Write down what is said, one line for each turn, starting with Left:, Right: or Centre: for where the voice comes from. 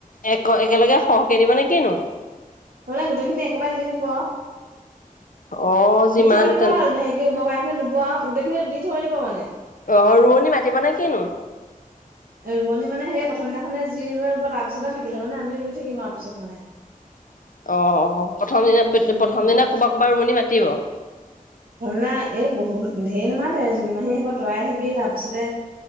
Left: এক একেলগে সহকে দিব নে কিনো
Right: মানে গোটেইখিনি একেবাৰে দি দিব
Left: অ' যিমান
Right: দুই থই দিব
Left: তেন
Right: আৰু হেৰিকেব ক খিনি ধুব গোটেইখিনি দি থব দিব মানে।
Left: অ ৰোৱনী মাতিব নে কিনো?
Right: ৰোৱনী মানে সেই প্ৰথম দিনাখনে যি ৰোৱাৰ ৰ তাৰপিছতে থাকিলে মানে আমি ৰুই থাকিম আৰুাৰ পিছত মানে
Left: অ প্ৰথম দিনা
Right: সেই তেনেকুৱা
Left: প্ৰথম দিনা কৰব কৰ'ৰবাত ৰুমনি মাতিব।
Right: প্ৰে এই ঢেৰনোমা জোনুমাহী আহিব তিৰাই আহিবি তাৰপিছতে